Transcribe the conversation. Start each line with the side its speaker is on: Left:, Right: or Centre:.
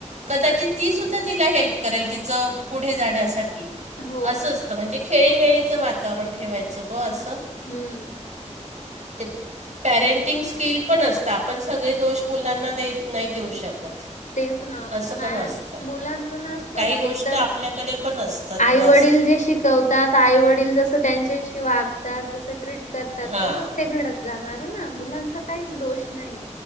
Right: कदाचित ती सुद्धा तिला हेल्प करेल तिचं पुढे जाण्यासाठी
Left: हो
Right: असं असतं म्हणजे खेळीमेळीचं वातावरण ठेवायचं ब असं.
Left: हम्म.
Right: ते पॅरेंटिंग स्किल पण असतं आपण सगळे दोष मुलांना देत नाही देऊ शकत.
Left: तेच ना
Right: असं
Left: कनाय
Right: पण असतं
Left: मुलांच नसतोच
Right: काही गोष्ट
Left: ते तर
Right: आपल्याकडे पण असतात
Left: आईवडील
Right: ब असं
Left: जे शिक कवतात आई वडील जस त्यांच्याशी वागतात जस ट्रीट करतात
Right: हां
Left: तसचं ते घडत जाणार ना मुलांचा काहीच दोष नाही.